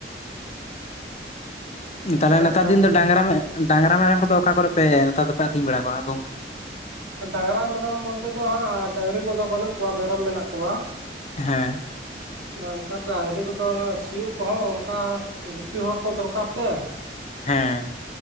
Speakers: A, on the left; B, on the right.
A: ᱛᱟᱦᱚᱞᱮ
B: ᱦᱮᱸ
A: ᱱᱮᱛᱟᱨ
B: ᱚᱱᱠᱟ
A: ᱫᱤᱱ
B: ᱜᱮ
A: ᱫᱚ ᱰᱟᱝᱨᱟ ᱰᱟᱝᱨᱟ ᱢᱮᱨᱚᱢ ᱠᱚᱫᱚ ᱚᱠᱟ ᱠᱚᱨᱮ ᱯᱮ ᱱᱮᱛᱟᱨ ᱫᱚᱯᱮ ᱟᱹᱛᱤᱧ ᱵᱟᱲᱟ ᱠᱚᱣᱟ ᱜᱚᱝᱠᱮ?
B: ᱰᱟᱝᱨᱟ ᱢᱮᱨᱚᱢ ᱵᱚᱞᱛᱮ ᱫᱚ ᱦᱟᱸᱜ ᱰᱟᱹᱝᱨᱤ ᱠᱚᱫᱚ ᱵᱟᱹᱱᱩᱜ ᱠᱚᱣᱟ, ᱢᱮᱨᱚᱢ ᱢᱮᱱᱟᱜ ᱠᱚᱣᱟ ᱾
A: ᱦᱮᱸ ᱾
B: ᱱᱮᱛᱟᱨ ᱫᱚ ᱰᱟᱹᱝᱨᱤ ᱠᱚᱫᱚ ᱥᱤᱭᱳᱜ ᱠᱚᱦᱚᱸ ᱚᱱᱠᱟ ᱜᱩᱯᱤ ᱦᱚᱲ ᱛᱚ ᱫᱚᱨᱠᱟᱨ ᱥᱮ ᱾
A: ᱦᱮᱸ ᱾